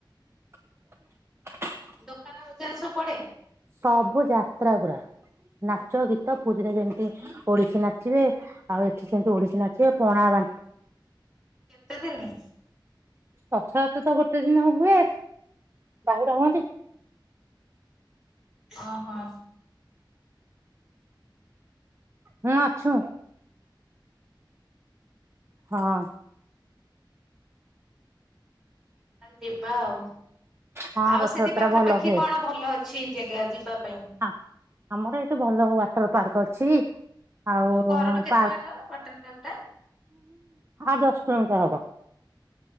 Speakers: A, on the right; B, in the centre.
A: <unintelligible>
B: ଦୋକାନ ବଜାର ସବୁ ପଡେ?
A: ସବୁ ଯାତ୍ରା ପୁରା, ନାଚ ଗୀ ତ ପୁରୀଟା ଯେମିତି ଓଡିଶୀ ନାଚିବେ ଆଉ ଏଠି ସେମିତି ଓଡିଶୀ ନାଚିବେ, ପଣା ବା
B: କେତେ ଦିନି?
A: ରଥଯାତ୍ରା ତ ଗୋଟେ ଦିନ ହୁଏ, ବାହୁଡା ହୁଅନ୍ତି।
B: ଓ ହୋ।
A: ହୁଁ ଅଛୁ। ହଁ ଅଁ
B: ଆରେ ଯିବା ଆଉ,
A: ହଁ
B: ଆଉ
A: ରଥଯାତ୍ରା
B: ସେଠି ପାଖାପାଖି
A: ଭଲ ହୁଏ
B: କଣ ଭଲ ଅଛି ଜାଗା ଯିବା ପାଇଁ?
A: ହଁ, ଆମର ଏଇଠି ଭଲ ୱାଟର ପାର୍କ ଅଛି ଆଉ
B: ତମ ଘରଠୁ କେତେ
A: ପାର୍କ,
B: ବାଟ ୱାଟର ପାର୍କ ଟା?
A: ଆ ଦଶ କିଲୋମିଟର ହବ।